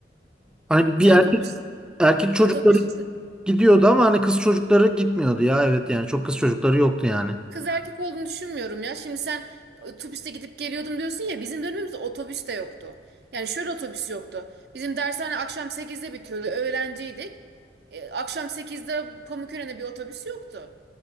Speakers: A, in the centre; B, on the right.
A: hani
B: sen
A: bir erkek
B: otobüs
A: erkek çocukları
B: otobüs
A: Gidiyordu ama hani kız çocukları gitmiyordu ya evet yani çok kız çocukları yoktu yani.
B: Kız erkek olduğunu düşünmüyorum ya. Şimdi sen e, otobüste gidip geliyordum diyorsun ya bizim dönemimizde otobüs de yoktu. Yani şöyle otobüs yoktu. Bizim dershane akşam sekizde bitiyordu. Öğrenciydik. E, akşam sekizde Pamukören'e bir otobüs yoktu.